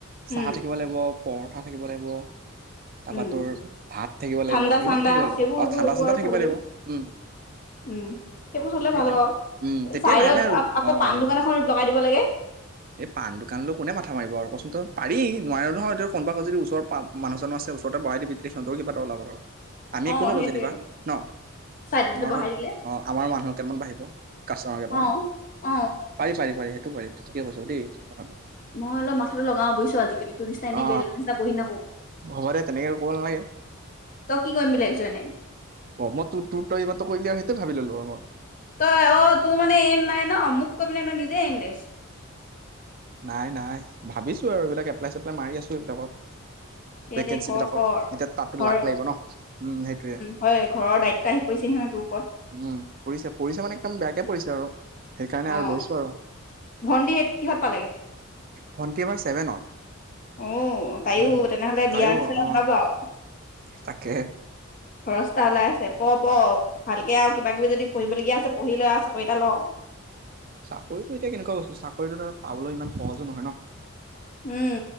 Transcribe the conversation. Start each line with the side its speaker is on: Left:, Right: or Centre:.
Left: উম
Right: চাহ থাকিব লাগিব। পৰঠা থাকিব লাগিব। তাৰাপা
Left: উম
Right: তোৰ ভাত থাকিব লাগিব,
Left: ঠাণ্ডা
Right: এইবিলাক
Left: চাণ্ডা
Right: থাকিব লাগিব।
Left: সেইবোৰ
Right: অ'!
Left: সেইবোৰ
Right: ঠাণ্ডা
Left: সেইবোৰ
Right: চাণ্ডা
Left: আৰু
Right: থাকিব
Left: থব
Right: লাগিব। উম!
Left: উম সেইবোৰ থলে
Right: সেই
Left: ভাল
Right: তেতিয়া
Left: হ'ব
Right: উ, তেতিয়াই
Left: চাইডত
Right: লাহে লাহে আৰু
Left: আকৌ
Right: অ'!
Left: পাণ দোকান এখন লগাই দিব লাগে
Right: এই পাণ দোকানলৈ কোনে মাথা মাৰিব আৰু কচোন ত পাৰি নোৱাৰ নহয়। কোনবা এখন যদি ওচৰ মানুহ আছে ওচৰ বহায় দিবি সিহঁতৰ কিবা ওলাব ধৰ। আমি
Left: অ
Right: একো নলওঁ
Left: সেইটোৱে
Right: যেনিবা ন'?
Left: চাইডতে
Right: আমাৰতো
Left: বহাই দিলে
Right: অ'! আমাৰ মানুহ বাঢ়িব কাষ্টমাৰ কেইটামান
Left: অ অ
Right: <unintelligible> সেইটো পাৰি, সেইটো পাৰি ঠিকে কৈছ দেই। কথাটো
Left: মই অলপ মাথাটো লগাওঁ বুজিছ আজিকালি। তোৰ নিচিনা এনেই
Right: অ
Left: বেল নিচিনা বহি নাথাকোঁ,
Right: হ'ব দে তেনেকে ক'ব নালাগে
Left: তই কি কৰিম বুলি ভাবিছ এনে?
Right: অ মই তোৰ তোৰ তই ই কৰিলি আও সেইটোয়ে ভাবি ললো আৰু মই
Left: তই অ তোৰ মানে এম নাই ন মোক কৈ পিনে তই নিজে এম লৈচ
Right: নাই নাই ভাবিছোঁ আৰু এইবিলাক এপ্লাই চপ্লাই মাৰি আছোঁ, এইবিলাকত
Left: দে
Right: ভকেঞ্চি
Left: দে কৰ
Right: বিলাকত
Left: কৰ
Right: এতিয়া তাতো
Left: ঘৰৰ
Right: লাক লাগিব ন। উম সেইটোৱে,
Left: হয় ঘৰৰ দায়িত্ব আহি পৰিছেহি নহয় তোৰ ওপৰত
Right: উম, পৰিছে পৰিছে মানে একদম বেয়াকে পৰিছে আৰু সেইকাৰণে আৰু
Left: অ
Right: লৈছোঁ আৰু
Left: ভণ্টি কিহত পালেগে?
Right: ভণ্টি এইবাৰ ছেভেনত।
Left: আহ তাইও,
Right: উম
Left: তেনেহলে
Right: তাইও
Left: বিয়া চিয়া
Right: অ
Left: ওলাব আও।
Right: তাকে
Left: খৰচটা ওলাই আছে, প প ভালকে আৰু কিবা কিবি যদি পঢ়িবলগীয়া আছে পঢ়ি লৈ আৰু চাকৰি এটা লওঁ।
Right: চাকৰিতটো এতিয়া কেনেকুৱা বস্তু চাকৰিটো পাবলৈ ইমান সহজো নহয় ন
Left: উম